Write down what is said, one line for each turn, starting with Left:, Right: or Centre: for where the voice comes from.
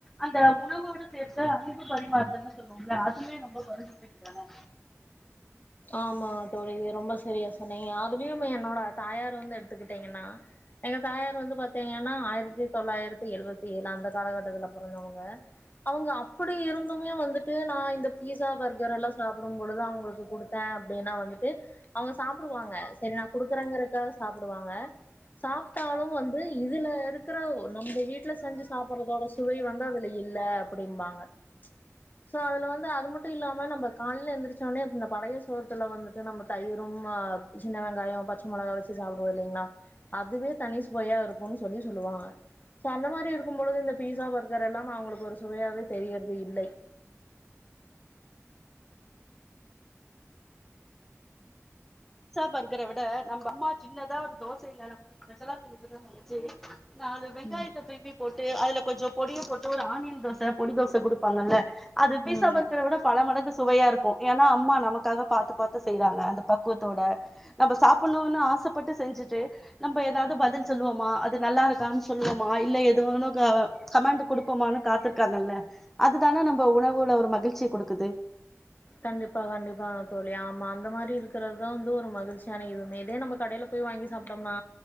Centre: அந்த உணவோட சேத்து அன்பு பரிமாறுதுன்லா சொல்லுவமில்ல அதுமே நம்ப கொறஞ்சு போய்டுச்தான
Left: ஆமா தோழி ரொம்ப செரியா சொன்னீங்க அதுலயுமே என்னோட தாயார் வந்து எடுத்துக்கிட்டீங்கனா எங்க தாயார் வந்து பாத்தீங்கனா ஆயிரத்தி தொள்ளாயிரத்தி எழுவத்தி ஏழு அந்த காலகட்டத்துல பொறந்தவுங்க அவுங்க அப்டி இருந்துமே வந்துட்டு நா இந்த பீஸா பர்கரெல்லா சாப்டும் பொழுது அவ்ங்களுக் த அப்டினா வந்துட்டு அவ்ங்க சாப்டுவாங்க செரி நா குடுக்குறேங்கறக்காக சாப்டுவாங்க சாப்ட்டாலு வந்து இதுல இருக்கிற ஒ நம்ப வீட்ல செஞ்சு சாப்பட்றதோட சுவை வந்து அதுல இல்ல அப்டின்பாங்க சோ அதுல வந்து அது மட்டு இல்லாம நம்ப கால்ல எந்திருச்சோனே இந்த பழைய சோ சோத்துல வந்துட்டு நம்ம தயிரும் ஆ சின்ன வெங்காய பச்ச மொளகா வச்சு சாப்டுவோல்லிங்ளா அதுவே தனி சுவையா இருக்குன்னு சொல்லி சொல்லுவாங்க சோ அந்த மாரி இருக்கும் பொழுது இந்த பீஸா பர்கர் எல்லா அவங்களுக்கு ஒரு சுவையாவே தெரியறது இல்லை
Centre: ஸ்சா பர்க்கற விட நம்ம அம்மா சின்னதா ஒரு தோச இல்ல நம்கு ஸ்பெஷல குடுக்கறதா நெனச்சு நாலு வெங்காயத்த
Left: ம்
Centre: திருப்பி போட் ட்டு அதுல கொஞ்சோ பொடிய போட்டு ஒரு ஆனியன் தோச பொடி தோஸ் குடுப்பாங்கல்ல அது பீஸா
Left: ம்
Centre: பர்கர விட பல மடங்கு சுவையா இருக்கு ஏனா அம்மா நமக்காக பாத்து பாத்து செய்யறாங்க அந்த பக்குவத் பக்குவத்தோட நம்ம சாப்பிடணுனு ஆசைப்பட்டு செஞ்சுட்டு நம்ப எதாவது பதில் சொல்லுவோமா அது நல்லா இருக்கான்னு சொல்லுவோமா இல்ல எதுவோனு கமண்ட் குடுப்பமானு காத்திருக்காங்கல்ல அதுதானே நம்ம உணவுல ஒரு மகிழ்ச்சிய குடுக்குது
Left: கண்டிப்பா, கண்டிப்பா தோழி. ஆமா, அந்த மாரி இருக்கிறதுதா வந்து ஒரு மகிழ்ச்சியான இதுமே இதே நம்ம கடையில போய் வாங்கி சாப்பிட்டம்னா